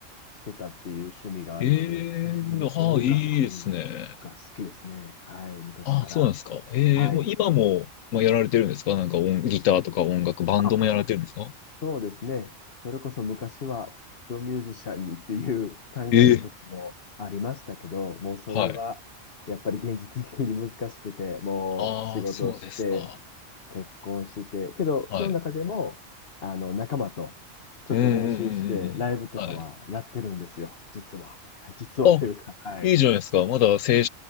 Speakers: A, on the left; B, on the left.
A: してたっていう趣味があるので、
B: ええああ、
A: 基本的に音楽
B: いいですね。
A: が好きですね。はい、昔から。
B: ああ、そうなんですか。ええもう今も、
A: はい。
B: まあ、やられてるんですかなんか音、ギターとか音楽、バンドもやられてるんですか
A: あ、そうですね。それこそ昔はプロミュージシャンにっていう考えの時もありましたけど、
B: ええ
A: もうそれはやっぱり現実的に難しくて、
B: はい。
A: もう仕事をして、
B: ああ、そうですか。
A: 結婚して、けどその中でもあの仲間とちょっと練習してライブとかはやってるんですよ、
B: はい。うんうんうんうんうん。はい。
A: 実は。<laughs> 実はというか、
B: あ、
A: はい。
B: いいじゃないですか。まだ青春